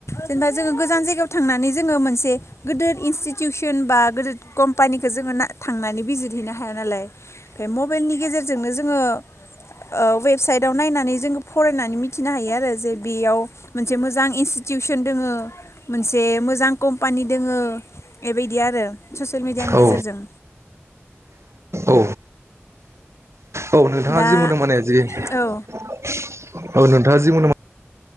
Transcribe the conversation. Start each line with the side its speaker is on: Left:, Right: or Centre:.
Left: जेनेबा जोङो गोजान जायगायाव थांनानै जोङो मोनसे गोदोर इनस्टिटिउसन बा गोदोर कम्पानिखौ ना जोङो थांनानै बिजिर हैैनो हाया नालाय मफ्राय मबाइलनि गेजेरजोंनो जोङो ओ वेबसाइटआव नायनानै जोङो फरायनानै मिथ मिथिनो हायो आरो जे बेयाव मोनसे मोजां इनसटिउसन दोङो मोनसे मोजां कम्पानि दोङो बेबायदि आरो ससेेल मेडियानि
Right: औ
Left: गेजेरजों।
Right: औ औ नोंथाङा
Left: दा
Right: जि मोनदों माने जि औ
Left: औ
Right: नोंथाङा जि मोनदों